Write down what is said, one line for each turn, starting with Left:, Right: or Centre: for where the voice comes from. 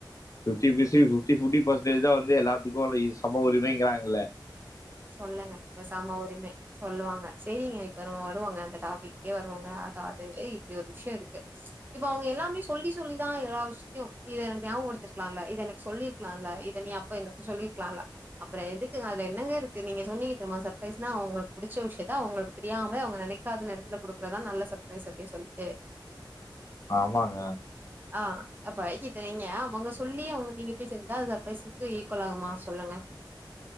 Left: டொன்டி பீசி பிப்டி போட்டி பசன்டேஜ் தா வருது எல்லாத்துக்கு இதுல சம உரிமைய்ங்கராங்கல
Right: சொல்லுங்க இப்ப சம உரிமை சொல்லுவாங்க செரிங்க இப்ப நம்ம வருவோங்க அந்த டாபிக்கே வருவோங்க அதாவுது இப்டி ஒரு விஷயோ இருக்கு இப்போ அவுங்க எல்லாமே சொல்லி சொல்லிதா எல்லா விஷயத்தையு இத எனக்கு நியாவபடுத்ருக்குலால இத எனக்கு சொல்லி ருக்லால இத நீ அப்ப எனக்கு சொல்லிருக்கலால அப்பறோ எதுக்குங்க அதுல என்னங்க இருக்கு நீங்க சொன்னீங்க தெர்மா சர்ப்ரைஸ்னா அவுங்களுக் புடிச்ச விஷயத்த அவுங்களுக்கு தெரியாம அவுங்க நெனைக்காத நேரத் துல குடுக்குறதா நல்ல சர்பரைஸ் அப்டியே சொல்ட்டு
Left: ஆமாங்க
Right: ஆ அப்ப இப்ப நீங்க அவங்க சொல்லி அவங்க நீங்க போய் செஞ்சா அந்த சர்ப்ரைஸுக்கு ஈக்குவல் ஆகுமா சொல்லுங்க